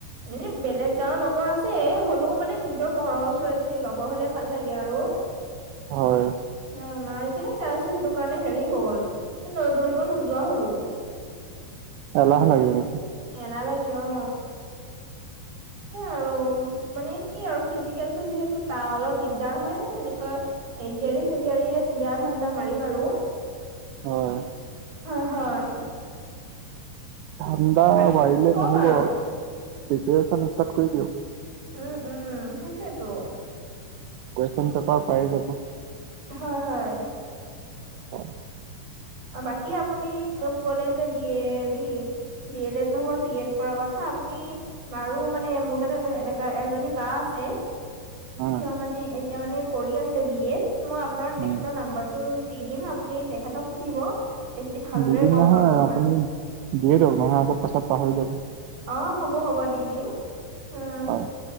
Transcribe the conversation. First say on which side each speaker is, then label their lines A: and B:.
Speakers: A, on the right (about 45°); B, on the right (about 80°).
A: এনেই বেলেগ গাঁৱৰ লগৰ আছে, হ'লেও মানে নি নিজৰ ঘৰৰ ওচৰৰ এজনী লগৰ হ'লে ভাল লাগে আৰু,
B: হয়
A: উম, নাই যে। তাৰপিছত সেইটো কাৰণে হেৰি হ'ল, এই দৌৰিব নোযোৱা হ'লো।
B: এলাহ লাগিল নেকি?
A: এলাহ লাগিলে, অ। সেই আৰু, মানে কি আৰু, ফিজিকেলটো যিহেতু তা অলপ দিগদাৰ হয়, এনেকৈ এডিআৰী-চেডিয়াৰী দিয়াৰ ধান্দা মাৰিম আৰু।
B: হয়।
A: হয়, হয়।
B: ঠাণ্ডা
A: বা-
B: বাঢ়িলে
A: বাকী কওক
B: নহ'ব,
A: আৰু।
B: প্ৰিপাৰেচন ইষ্টাৰ্ট কৰি দিয়ক।
A: উম, উম, সেইটোৱেতো।
B: কুৱেশ্যন পেপাৰ পায়েই যাব।
A: হয়, হয়।
B: অ।
A: আৰু বাকী আপুনি কলে যে ডি এ হেৰি ডি এল এড নহয় বি এড কৰা কথা আপুনি বাৰু মানে মোৰ তাতে এ এনেকোৱা এজনী বা আছে
B: অ
A: তেওঁ মানে এতিয়া মানে কৰি আছে বি এড মই আপোনাৰ
B: উম,
A: তেখেতৰ নাম্বাৰটো দি দিম আপুনি তেখেতক সুধিব বেছি ভালদৰে
B: দুদিন
A: গম
B: নহয়
A: পাব ধৰা
B: আপুনি দিয়ে দিয়ক নহলে আকৌ পাছত পাহৰি যাব।
A: অ হ'ব হ'ব দি দিম। উম
B: হয়